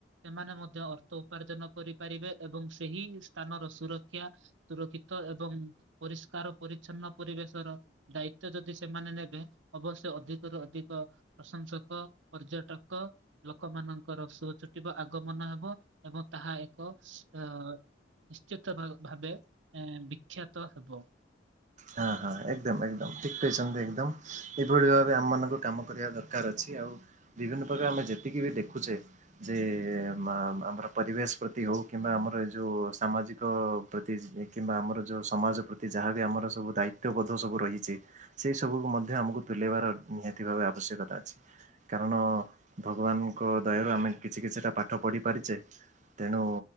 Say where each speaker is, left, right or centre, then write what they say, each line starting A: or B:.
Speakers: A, on the right; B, on the right.
A: ସେମାନେ ମଧ୍ୟ ଅର୍ଥ ଉପାର୍ଜନ କରିପାରିବେ ଏବଂ ସେହି ସ୍ଥାନର ସୁରକ୍ଷା ସୁରକ୍ଷିତ ଏବଂ ପରିଷ୍କାର ପରିଚ୍ଛନ୍ନ ପରିବେଶର ଦାୟି ତ୍ଵ ଯଦି ସେମାନେ ନେବେ ଅବଶ୍ୟ ଅଧିକରୁୁ ଅଧିକ ପ୍ରଶଂସକ, ପର୍ଯ୍ୟଟକ ଲୋକମାନାନଙ୍କର ଶୋଚ୍ କିବା ଆଗମନ ହବ ଏବଂ ତାହା ଏକ ଅ ନିଶ୍ଚିତ ଭାବେ ବିଖ୍ୟାତ ହେବ।
B: ହଁ ହଁ ଏକଦମ ଏକଦମ ଠିକ୍ କହିଚନ୍ତି ଏକଦମ। ଏଭଳି ଭାବେ ଆମ ମାନଙ୍କୁ କାମ କରିବା ଦରକାର ଅଛି ଆଉ ବିଭିନ୍ନ ପ୍ରକାର ଆମେ ଯେତିକି ବି ଦେଖୁଚେ ଯେ ମା ଆମର ପରିବେଶ ପ୍ରତି ହଉ କିମ୍ବା ଆମର ଏ ଯଉ ସାମାଜିକ ପ୍ରତି କିମ୍ବା ଆମର ଯଉଁ ସମାଜ ପ୍ରତି ଯାହା ରେ ଆମର ସବୁ ଦାୟିତ୍ବ ବୋଧ ସବୁ ରହିଚି ସେଇ ସବୁକୁ ମଧ୍ୟ ଆମକୁ ତୁଲେଇବାର ନିହାତି ଭାବେ ଆବଶ୍ୟକତା ଅଛି। କାରଣ ଭଗବାନଙ୍କ ଦୟାରୁ ଆମେ କିଛି କିଛିଟା ପାଠ ପଢ଼ିପାରିଚେ। ତେଣୁ